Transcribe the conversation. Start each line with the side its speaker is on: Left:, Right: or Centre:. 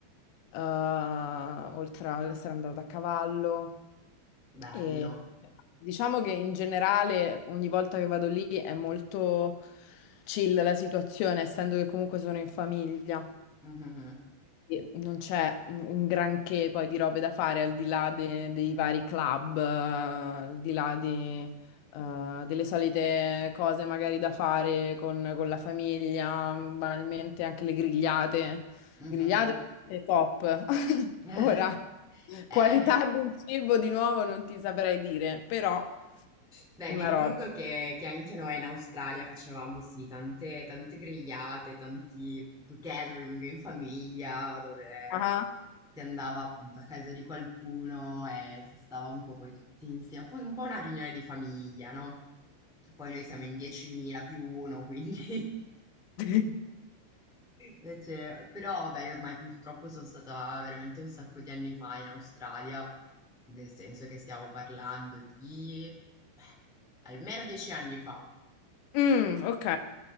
Left: eh, oltre ad essere andata a cavallo
Centre: bello.
Left: e diciamo che in generale ogni volta che vado lì è molto chill la situazione, essendo che comunque sono in famiglia.
Centre: Mh-mh-mh.
Left: Sì, Non c'è un un granché poi di robe da fare al di là de- dei vari club, eh, al di là di, eh, delle solite cose magari da fare con, con la famiglia, banalmente anche le grigliate.
Centre: Mh-mh-mh.
Left: Grigliate è top. <laughs>
Centre: <laughs>
Left: Ora, qualità
Centre: Eh, mi ri
Left: del cibo di nuovo non ti saprei dire, però
Centre: Beh,
Left: una
Centre: mi ricordo
Left: roba.
Centre: che, che anche noi in Australia facevamo, sì, tante, tante grigliate, tanti appunto, gathering in famiglia, dove
Left: Ah.
Centre: si andava appunto a casa di qualcuno e si stava un po' poi tutti insieme, un po', un po' una riunione di famiglia, no? Poi noi siamo in 10.000 più uno, <laughs> quindi
Left: <laughs>
Centre: eh, cioè, però vabbè, io ormai purtroppo sono stata veramente un sacco di anni fa in Australia, nel senso che stiamo parlando di eh, almeno dieci anni fa,
Left: Mm, ok.